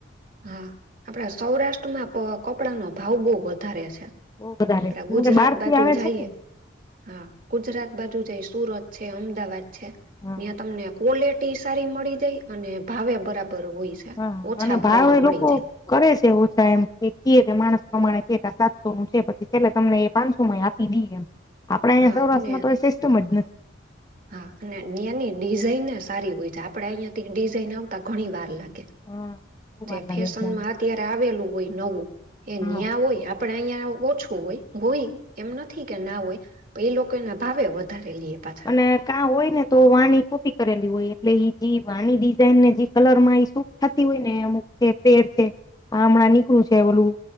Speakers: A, on the right; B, on the left.
A: હા આપડા સૌરાષ્ટ્રમાં તો કપડા નો ભાવ બો વધારે છે.
B: બહુ બધા
A: આપડા
B: રહેશે કેમ
A: ગુજરાત
B: કે બહાર
A: બાજુ
B: થી આવે
A: જાઈએ
B: છે ને
A: હા ગુજરાત બાજુ જાય સુરત છે, અમદાવાદ છે
B: હા
A: ત્યાં તમને કોલેટ કોલેટી સારી મળી જાય અને ભાવે બરાબર હોય છે.
B: હા
A: ઓછા
B: અને
A: ભાવમાં
B: ભાવ એ
A: મળી
B: લોકો
A: જાય
B: કરે છે ઓછા એમ કે ઈ કે માણસ પ્રમાણે કે સાતસો નું છે પછી છેલ્લે તમને એ પાંન સો માં આપ આપી દી એમ આપડા અહીંયા
A: હા
B: સૌરાષ્ટ્રમાં
A: અને
B: તો સિસ્ટમ જ નથી.
A: હા, અને તની ડિઝાઇન સારી હોય છે, આપડે અહિયાથી ડિઝાઇન આવતા, ઘણી વાર લાગે.
B: હા બહુ
A: જે
B: વાર લાગે
A: ફેશનમાં
B: છે
A: અત્યારે આવેલું હોય નવું. એ
B: હા
A: નયા હોય, આપડે અહિયાં ઓછું હોય, એમ નથી. ના હોય, તો એ લોકોના ભાવે વધારે લઈએ પાછું.
B: અને કા હોય ને, તો વાની કોપી કરેલી હોય, એટલે ઈ જે વાની ડિઝઇન ને જે કલર માં ઈ શું? થતી હોય ને, અમુક છે, પેર છે, હમણાં નીકળું છે, ઓલું.